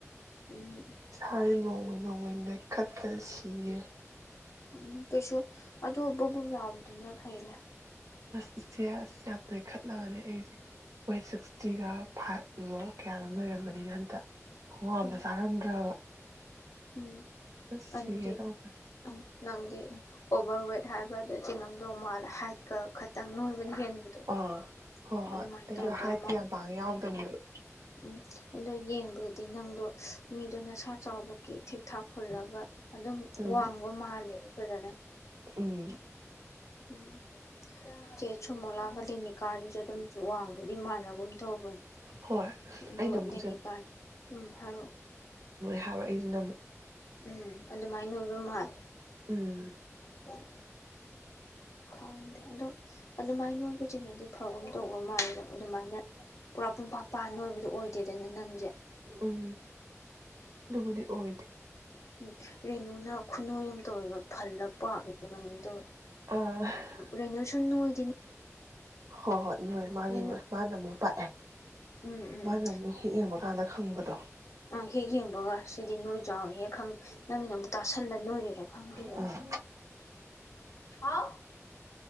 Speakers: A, on the left (about 70°); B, on the right (about 85°).
A: ꯎꯝ
B: ꯁꯥꯔꯦ ꯅꯣꯡꯃꯩ ꯅꯣꯡꯃꯩ ꯈꯠꯄꯗ ꯁꯤꯔꯅꯤ
A: ꯎꯝ ꯀꯩꯁꯨ ꯑꯗꯣ ꯕꯨꯞꯕꯨꯞ ꯂꯥꯎꯕꯗꯨꯅ ꯐꯩꯗ
B: ꯑꯁ ꯏꯆꯦ ꯑꯁ ꯌꯥꯝ ꯅꯣꯏꯈꯠꯂꯕꯅꯦ ꯑꯩꯁꯦ ꯋꯦꯠ ꯁꯤꯛꯁꯇꯤꯒ ꯐꯥꯏꯚ ꯃꯨꯛ ꯀꯌꯥꯔꯣꯝ ꯂꯩꯔꯝꯕꯅꯤꯅ ꯍꯟꯇꯛ ꯈꯨꯋꯥ ꯑꯝꯅꯦ
A: ꯎꯝ
B: ꯆꯥꯔꯝꯗ꯭ꯔꯕ
A: ꯎꯝ
B: ꯑꯁ ꯁꯤꯒꯦ
A: ꯑꯗꯨꯗꯤ
B: ꯇꯧꯕꯅꯤ
A: ꯎꯝ ꯅꯪꯗꯤ ꯑꯣꯚꯔ ꯋꯦꯠ ꯍꯥꯏꯕ꯭ꯔꯥꯗ ꯆꯤꯡꯉꯝꯗꯧ ꯃꯥꯜꯂꯦ ꯍꯥꯏꯠꯀ ꯈꯤꯇꯪ ꯅꯣꯏꯕꯅ ꯍꯦꯟꯕꯗꯣ
B: ꯑꯥ ꯍꯣꯏ ꯍꯣꯏ
A: ꯑꯗꯨꯃꯥꯏꯅ
B: ꯑꯩꯗꯣ
A: ꯇꯧꯗꯧ
B: ꯍꯥꯏꯠꯇꯤ
A: ꯃꯥꯂꯦ
B: ꯌꯥꯝ ꯄꯥꯡꯅ ꯌꯥꯎꯗꯕꯅꯦꯕ
A: ꯎꯝ ꯑꯗꯣ ꯌꯦꯡꯕꯗ ꯑꯗꯤ ꯅꯪꯗꯣ ꯃꯤꯗꯣ ꯅꯁꯥꯥ ꯆꯥꯎꯕꯒꯤ ꯊꯤꯛꯊꯥꯛ ꯐꯨꯜꯂꯒ ꯑꯗꯨꯝ
B: ꯎꯝ
A: ꯋꯥꯡꯕ ꯃꯥꯟꯗꯦꯕ ꯐꯖꯅ
B: ꯎꯝ
A: ꯎꯝ ꯆꯦ ꯆꯨꯝꯃꯣꯂꯥꯒ ꯂꯦꯅꯤꯀꯥꯒꯤꯁꯨ ꯑꯗꯨꯝ ꯋꯥꯡꯕꯗꯤ ꯃꯥꯟꯅꯒꯨꯝ ꯇꯧꯕꯅꯦ
B: ꯍꯣꯏ
A: ꯑꯗꯨꯒ
B: ꯑꯩꯅ ꯑꯃꯨꯛ
A: ꯂꯦꯅꯤꯀꯥ
B: ꯏꯆꯦ
A: ꯎꯝ ꯍꯥꯏꯔꯛꯑꯣ
B: ꯊꯕ ꯑꯩꯁꯨ ꯉꯝꯃꯨ
A: ꯎꯝ ꯑꯗꯨꯃꯥꯏꯅ ꯅꯣꯏꯕ ꯃꯥꯜꯂꯦ
B: ꯎꯝ
A: ꯎꯝ ꯈꯪꯗꯦ ꯑꯗꯣ ꯑꯗꯨꯃꯥꯏꯅ ꯅꯣꯏꯕꯁꯤꯅꯗꯤ ꯐꯕꯒꯨꯝ ꯇꯧꯕ ꯃꯥꯜꯂꯤ ꯅꯪ ꯑꯗꯨꯃꯥꯏꯅ ꯄꯨꯔꯥ ꯄꯨꯡꯄꯥꯛ ꯄꯥ ꯅꯣꯏꯕꯗꯣ ꯑꯣꯏꯗꯦꯗꯅ ꯅꯪꯁꯦ
B: ꯎꯝ ꯑꯗꯨꯕꯨꯗꯤ ꯑꯣꯏꯗꯦ
A: ꯎꯝ ꯔꯦꯅꯨꯅ ꯈꯨꯅꯣꯏ ꯑꯃ ꯇꯧꯑꯦꯕ ꯐꯜꯂꯒ ꯄꯥꯛ ꯀꯩꯅꯣꯝ ꯇꯧꯋꯦ
B: ꯑꯥ
A: ꯔꯦꯅꯨꯁꯨ ꯅꯣꯏ
B: ꯍꯣꯏ ꯍꯣꯏ ꯅꯣꯏ ꯃꯥꯁꯨ
A: ꯎꯝ
B: ꯅꯣꯏ ꯃꯥꯅ ꯑꯃꯨꯛ ꯄꯥꯛꯑꯦ
A: ꯎꯝ
B: ꯃꯥꯅ ꯑꯃꯨꯛ ꯍꯦꯛ ꯌꯦꯡꯕꯀꯥꯟꯗ ꯈꯪꯕꯗ <inaudible>
A: ꯑ ꯍꯦꯛ ꯌꯦꯡꯕꯒ ꯁꯤꯗꯤ ꯅꯣꯏ ꯆꯥꯎꯔꯦꯍꯦ ꯅꯪꯒꯤꯅ ꯑꯃꯨꯛ ꯇꯥꯁꯤꯜꯂ ꯅꯣꯏꯔꯤꯔꯥ ꯈꯪꯗꯦꯕ
B: ꯑꯥ
A: ꯍꯥꯎ